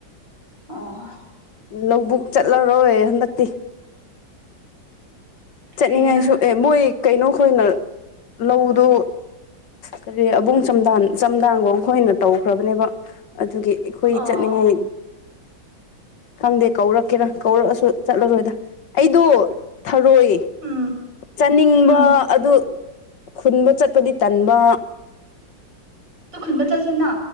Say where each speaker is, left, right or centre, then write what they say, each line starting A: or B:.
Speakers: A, on the right (about 70°); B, on the left (about 65°).
A: ꯑꯣ
B: ꯂꯧꯕꯨꯛ ꯆꯠꯂꯔꯣꯏ ꯍꯟꯗꯛꯇꯤ ꯆꯠꯅꯤꯡꯉꯥꯏꯁꯨ
A: ꯐꯩꯅ
B: ꯑꯦ ꯃꯕꯣꯏ ꯀꯩꯅꯣꯈꯣꯏꯅ ꯂꯧꯗꯨ ꯀꯔꯤ ꯑꯕꯨꯡ ꯆꯝ ꯆꯝꯗꯥꯡꯒ ꯈꯣꯏꯅ ꯇꯧꯈ꯭ꯔꯕꯅꯦꯕ ꯑꯗꯨꯒꯤ ꯑꯩꯈꯣꯏ
A: ꯑꯣ
B: ꯆꯠꯅꯤꯡꯉꯥꯏ ꯈꯪꯗꯦ ꯀꯧꯔꯛꯀꯦꯔ ꯀꯧꯔꯛꯑꯁꯨ ꯆꯠꯂꯔꯣꯏꯗ ꯑꯩꯗꯣ ꯊꯔꯣꯏ
A: ꯎꯝ
B: ꯆꯅꯤꯡꯝꯕ
A: ꯎꯝ
B: ꯑꯗꯨ ꯑꯗꯨ ꯈꯨꯟꯕ ꯆꯠꯄꯗꯤ ꯇꯟꯕ
A: ꯈꯨꯟꯕ ꯆꯠꯁꯤꯅ